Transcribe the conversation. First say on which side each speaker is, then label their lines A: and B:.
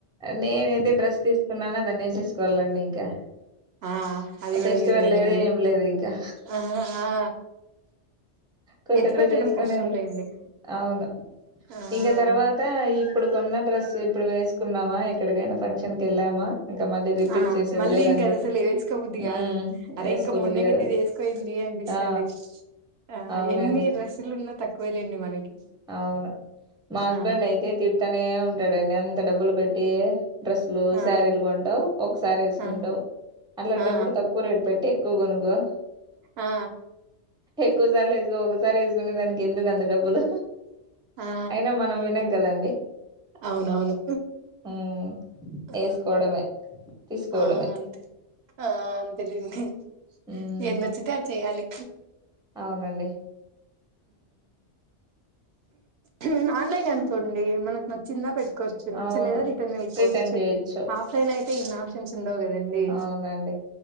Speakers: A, in the centre; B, on the right.
A: నేనయితే డ్రెస్ తీసుకున్నాన దన్ నే సెస్ కోళండి ఇంకా
B: ఆ అది గూడ
A: ఫెస్టివల్
B: నిజమేలెండి
A: లేదు ఏం లేదు ఇంకా
B: ఆహా ఆ
A: కొత్త
B: ఎత్తి
A: డ్రెస్
B: పెట్టడం
A: వేసుకొనేలే
B: కష్టం లేండి
A: అవును
B: ఆ
A: ఇంకా తర్వాత ఇప్పుడు కొన్న డ్రెస్ ఇప్పుడు వేసుకున్నామా ఎక్కడికైనా ఫంక్షన్కి వెళ్ళామా ఇంకా మళ్ళీ రిపీట్
B: ఆ
A: చేసేది
B: మళ్ళీ
A: లేదండి
B: ఇంకాది అసలు వేసుకోబుద్ది
A: ఉమ్
B: కాదు అరే
A: వేసుకోబుద్ది
B: ఇంకా మొన్న
A: కాదు
B: గది ఇది వేసుకోపోఇంది అనిపిిస్తాది
A: ఆ
B: ఆ
A: అవునండి
B: ఎన్ని డ్రస్సులు ఉన్నా తక్కు వేలేండి మనకి
A: అవును మా హస్బెండ్
B: ఆ
A: అయితే తిడుతనే ఉంటాడండి అ డబ్బులు పెట్టి డ్రెస్సులు
B: ఆ
A: శారీలు కొంటావు ఒకసారి వేసుకుంటావు
B: ఆ
A: అట్లాంటప్పుడు
B: ఆ
A: తక్కువ రేట్ పెట్టి క్కువ కొనుకొ
B: ఆ
A: ఎక్కువ సార్లు అసుకో ఒకసారి ఎస్ కునే దానికి ఎందుకు అంత డబ్బులు
B: ఆ
A: అయినా మనం వినం కదండి
B: అవునవును
A: ఉమ్
B: ఆ
A: వేసుకోవడమే తీసుకోవడమే
B: ఆ అంతే ఆ అంతేలేండి
A: ఉమ్
B: ఎదినచ్చితే అది చేయ్యాలి
A: అవునండి
B: హు ఆన్లైన్ అనుకోండి మనకు నచ్చింద పెట్ కొచ్చు నచ్చలేదా
A: అవును
B: రిటర్న్ వెళ్ళిపోవ్
A: రిటర్న్
B: చ్చు
A: చేయొచ్చు
B: ఆఫ్లైన్ అయి తే ఇన్ని ఆప్షన్స్ ఉండవు కదండి
A: అవునండి